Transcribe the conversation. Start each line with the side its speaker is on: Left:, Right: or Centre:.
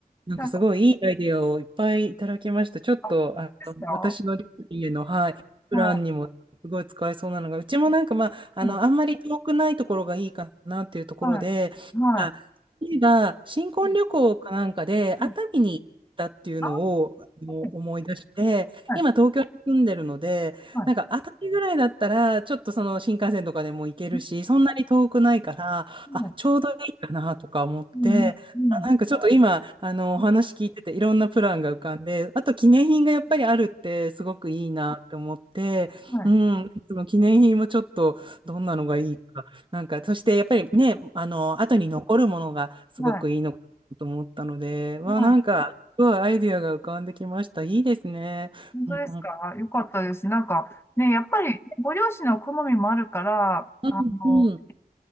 Right: なんかすごいいいアイデアをいっぱいいただきました。
Left: なんか、
Right: ちょっと、
Left: あ、
Right: あの、
Left: ですかは
Right: 私の家の、はい、プランにもすごい使えそうなのが、
Left: い。は
Right: うちもなんかまあ、あの、
Left: い。はい。
Right: あんまり遠くないところがいいかなっていうところで、
Left: はい。は
Right: まあ、例えば、新婚旅行かなんかで熱海に行ったっていうのをあの思い出して、
Left: い。うんうんあ、はい。はい。
Right: 今東京に住んでるので、
Left: はい。
Right: なんか熱海ぐらいだったら、ちょっとその新幹線とかでも行けるし、
Left: う
Right: そんなに遠くないから、
Left: ん
Right: あ、ちょうどいいかなとか思って、
Left: うんうん
Right: あなんかちょっと今、あの、お話聞いてて、
Left: うん
Right: いろんなプランが浮かんで、あと記念品がやっぱりあるって、すごくいいなって思って、
Left: はい
Right: うん、その記念品もちょっと、どんなのがいいか、なんか、そしてやっぱりね、あの、後に残るものがすごくいいのかと思ったので、
Left: はい。
Right: わあ、
Left: はい。
Right: なんか、すごいアイディアが浮かんできました。いいですね。
Left: 本当ですかよかったです。
Right: うん、うん、
Left: なんか、ね、やっぱり、ねご両親の好みもあるから、
Right: うん、
Left: あの、
Right: うん。